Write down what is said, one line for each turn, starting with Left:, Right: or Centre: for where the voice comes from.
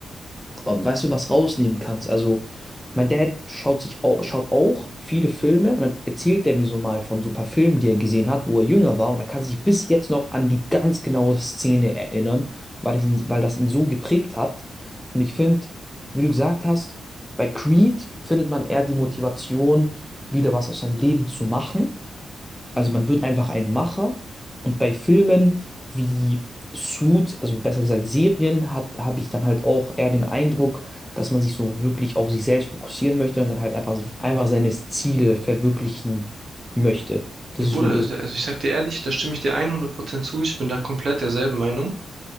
Centre: ra- weißt du, was rausnehmen kannst. Also, mein Dad schaut sich auch, schaut auch viele Filme und dann erzählt er mir so mal von so ein paar Filmen, die er gesehen hat, wo er jünger war und er kann sich bis jetzt noch an die ganz genaue Szene erinnern, weil das ihn, weil das ihn so geprägt hat. Und ich finde, wie du gesagt hast, bei Creed findet man eher die Motivation, wieder was aus seinem Leben zu machen. Also man wird einfach ein Macher und bei Filmen wie Suits, also besser gesagt Serien, hat, habe ich dann halt auch eher den Eindruck, dass man sich so wirklich auf sich selbst fokussieren möchte und dann halt einfach, einfach seine Ziele verwirklichen möchte. Das
Right: Ja,
Centre: ist
Right: Bruder,
Centre: so das.
Right: also also ich sag dir ehrlich, da stimme ich dir 100% zu. Ich bin da komplett derselben Meinung.